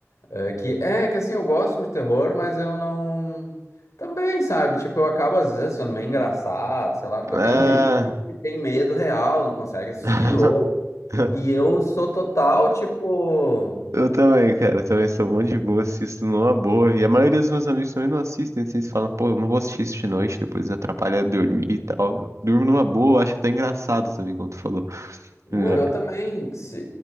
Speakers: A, on the left (about 85°); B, on the right (about 75°).
A: É que, é que assim, eu gosto de terror, mas eu não. Também, sabe? Tipo, eu acabo às vezes sendo meio engraçado, sei lá, porque
B: Ah.
A: eu tenho amigos que têm medo real, não conseguem assistir
B: <laughs>
A: de novo. E eu sou total, tipo.
B: Eu também, cara. Eu também sou um monte de boa, assisto numa boa. E a maioria dos meus amigos também não assistem. Assim, eles falam, pô, eu não vou assistir isso de noite, depois atrapalha dormir e tal. Eu Durmo numa boa, eu acho até engraçado também, como tu falou.
A: Não,
B: É,
A: eu também. se-